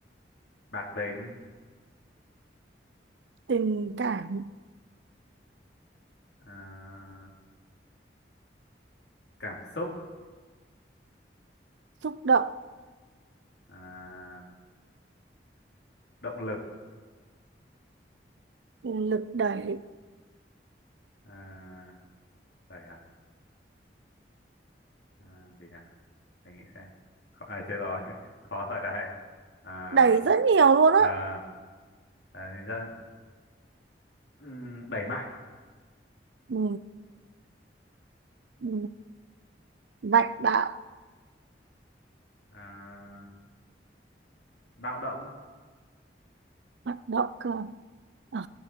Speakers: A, on the left; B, on the right.
A: bạc tính.
B: Tình cảm,
A: À, cảm xúc.
B: xúc động,
A: À, động lực
B: lực đẩy,
A: à, phải à, à gì nhỉ phải nghĩ xem khó, à, thế rồi <laughs> khó ở đây à,
B: đẩy rất nhiều luôn á.
A: à, à, thì ra, ừm, đẩy mạnh
B: Ừ, ừ, mạnh bạo
A: à, bạo động
B: hoạt động cơ à,